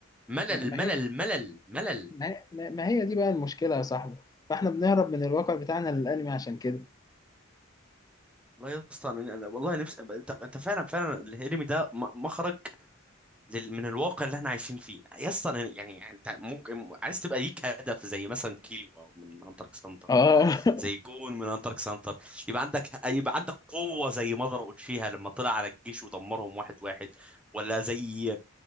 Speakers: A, in the centre; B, on the left.
A: ملل
B: ما ما
A: ملل
B: هي
A: ملل ملل
B: ما هي ما- ما هي دي بقى المشكلة يا صاحبي فاحنا بنهرب من الواقع بتاعنا للأنمي عشان كده
A: والله يا اسطى انا أنا- والله نفسي أبقى- انت انت فعلا فعلا الانمي ده م- مخرج لل- من الواقع اللي احنا عايشين فيه يا اسطى أنا- يعني انت ممكن عايز تبقى ليك هدف زي مثلا كيلو او من انترك سنتر
B: اه
A: ولا
B: <laughs>
A: زي جون من انترك سنتر يبقى عندك يبقى عندك قوه زي مضر اوتشيها لما طلع على الجيش ودمرهم واحد واحد ولا زي